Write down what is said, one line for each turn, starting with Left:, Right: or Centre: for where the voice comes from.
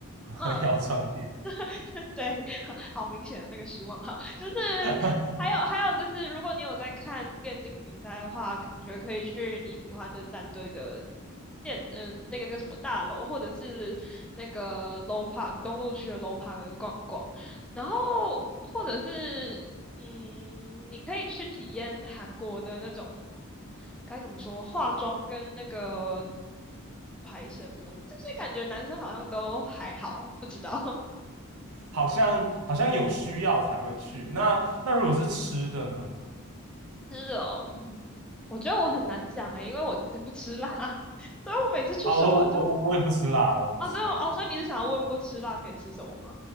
Centre: 嗯，
Right: <laughs> 药妆店，
Centre: <laughs> 对，<laughs> 好明显的那个失望，哈，就是
Right: <laughs>
Centre: 还有还有就是，如果你有在看电竞比赛的话，感觉可以去你喜欢的战队的电，嗯、那个那个什么大楼，或者是那个 Low Park 中路区的 Low Park 逛逛，然后或者是嗯，你可以去体验韩国的那种。该怎么说？化妆跟那个，就是感觉男生好像都还好，不知道。
Right: 好像好像有需要才会去。那那如果是吃的呢？
Centre: 吃的哦，嗯，<laughs> 我觉得我很难讲诶，因为我自己不吃辣，<laughs> 所以我每次去首尔就，
Right: 啊，我我我我我也不吃辣，我也不吃辣。
Centre: 哦，对哦，所以你是想要问不吃辣可以吃什么吗？